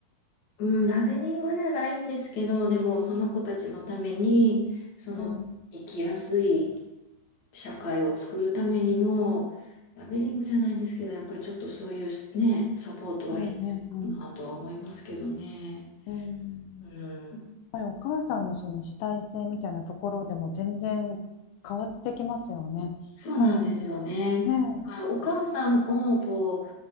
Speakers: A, on the left; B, on the left.
A: うん、ラベリングじゃないんですけど、でもその子たちのために、その生きやすい
B: うん、
A: 社会を作るためにも、ラベリングじゃないんですけど、やっぱりちょっとそういうね、サポートは必要かなとは思いますけどね。
B: うん、うん、うん。やっ
A: うん、
B: ぱりお母さんのその主体性みたいなところでも全然変わってきますよね。やっぱりその、
A: そうなんですよね。
B: ね
A: だからお母さんをこう、